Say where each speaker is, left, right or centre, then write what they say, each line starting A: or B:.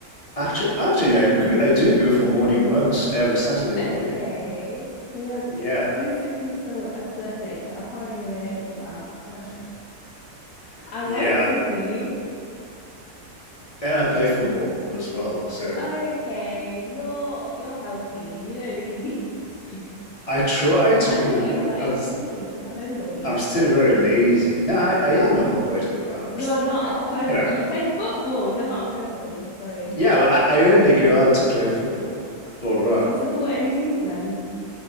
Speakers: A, on the left; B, on the left.
A: actually actually I go, I do go for morning runs every Saturday morning.
B: Okay. So you're
A: Yeah.
B: basically still athletic, so I can't really relate to that. I, <laughs> I
A: Yeah,
B: want to be.
A: and I play football as well, so
B: Okay, you're you're healthy. You don't really <laughs> need to gym.
A: I try
B: <laughs>
A: to
B: I
A: be,
B: thought
A: but
B: you're like
A: I'm
B: me, just a homebody.
A: I'm still very lazy. No, I, I am a homebody, but I'm,
B: You're
A: s-
B: not
A: I,
B: a homebody.
A: you know,
B: You play football. You're not a homebody. Sorry.
A: yeah, but I, I only go out to play football or run.
B: Do you support any teams then?